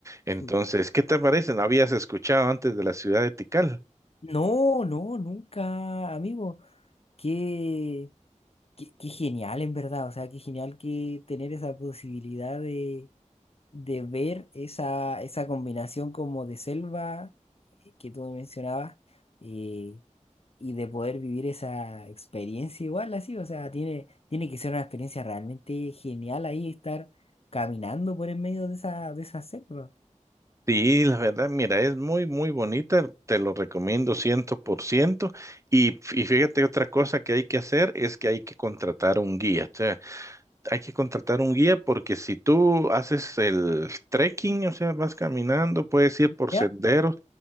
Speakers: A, on the right; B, on the left.
A: Entonces,
B: sí.
A: ¿qué te parece? ¿No habías escuchado antes de la ciudad de Tikal?
B: No, no, nunca, amigo, qué, qué, qué genial en verdad, o sea, qué genial que tener esa posibilidad de, de ver esa, esa combinación como de selva eh, que tú mencionabas, eh, y de poder vivir esa experiencia igual así, o sea, tiene, tiene que ser una experiencia realmente genial ahí estar caminando por en medio de esa, de esa selva.
A: Sí, la verdad, mira, es muy, muy bonita, te lo recomiendo ciento por ciento. Y, y fíjate, otra cosa que hay que hacer es que hay que contratar un guía. O sea, hay que contratar un guía porque si tú haces el trekking, o sea, vas caminando, puedes ir por
B: ¿Ya?
A: senderos